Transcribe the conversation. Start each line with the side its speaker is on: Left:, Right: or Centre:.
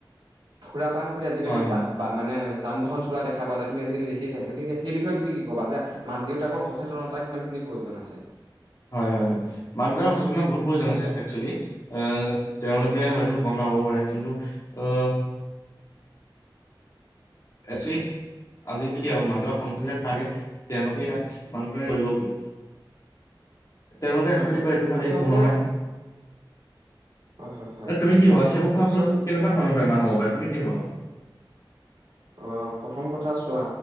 Right: ফুৰা পান কৰি আজিকালি
Left: হয় হয়
Right: বা বা মানে যান বাহন চলা দেখা পোৱা যায়, তুমি আজিকালি দেখিছাই, গতিকে সেই বিষয়ে তুমি ক'বা মাক দেউতাকৰ সচেতনতা কিমানখিনি প্ৰয়োজন আছে।
Left: হয় হয় হয়, মাক দেউতাৰ সচেতনতা বহুত প্ৰয়োজন আছে। একচোৱেলি, আহ তেওঁলোকে হয়তো গম নাপাব পাৰে কিন্তু আহ একচুৱেলি আজিকালি কি আৰু মাক দেউতাকৰ লগত দেউহ <unintelligible> সন্কু যেতি খাকাগে তেওঁলোকে
Right: <unintelligible>
Left: তেওঁলোকে একচুৱেলি
Right: হয় হয়
Left: কয় এইটো খালি
Right: আচলতে
Left: একো নহয়।
Right: হয় হয় হয়
Left: তুমি কি ভাবা সেইবোৰ খোৱা
Right: একচুৱেল
Left: ফলত কেনেকুৱা ধৰণৰ বেমাৰ হব পাৰো তুমি কি ভাবা?
Right: অ প্ৰথম কথা চোৱা